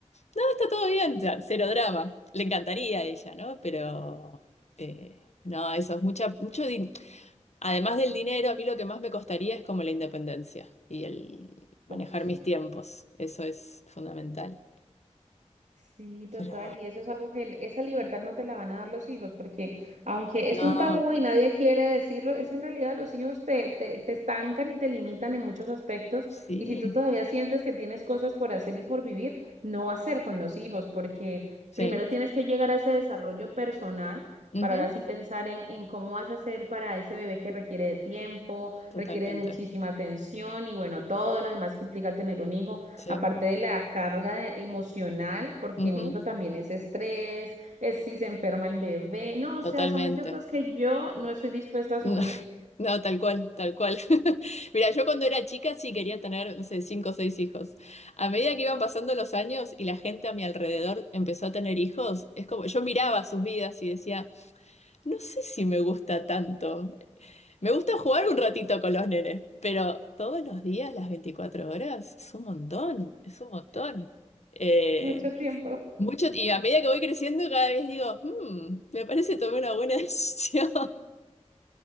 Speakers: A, on the left; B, on the right.
A: No, está todo bien, ya, cero drama. Le encantaría a ella, ¿no? Pero eh, no, eso es mucha, mucho, di- Además del dinero, a mí lo que más me costaría es como la independencia y el manejar
B: Oh, sí.
A: mis tiempos. Eso es fundamental.
B: Sí, total,
A: Pero,
B: y eso es algo que el- esa libertad no te la van a dar los hijos, porque aunque
A: no,
B: es un tabú y nadie quiere decirlo, es en realidad los hijos te, te, te estancan y te limitan en muchos aspectos,
A: sí,
B: y si tú todavía sientes que tienes cosas por hacer y por vivir, no hacer con los hijos, porque
A: sí,
B: primero tienes que llegar a ese desarrollo personal
A: ujú,
B: para ahora sí pensar en, en cómo vas a hacer para ese bebé que requiere de tiempo,
A: totalmente,
B: requiere de muchísima atención y bueno, todo lo demás que implica tener un hijo.
A: sí,
B: Aparte de la carga emocional, porque
A: ujú,
B: un hijo también es estrés, es si se enferma el bebé, no,
A: totalmente.
B: o sea, son muchas cosas que yo no estoy dispuesta a
A: No,
B: asumir
A: <laughs> no, tal cual, tal cual. <laughs> Mira, yo cuando era chica sí quería tener, no sé, cinco o seis hijos. A medida que iban pasando los años y la gente a mi alrededor empezó a tener hijos, es como yo miraba sus vidas y decía, no sé si me gusta tanto. Me gusta jugar un ratito con los nenes, pero todos los días, las 24 horas, es un montón, es un montón. Eh,
B: <laughs> mucho tiempo.
A: mucho, y a medida que voy creciendo, cada vez digo, "Hmm, me parece que tomé una buena <laughs> decisión.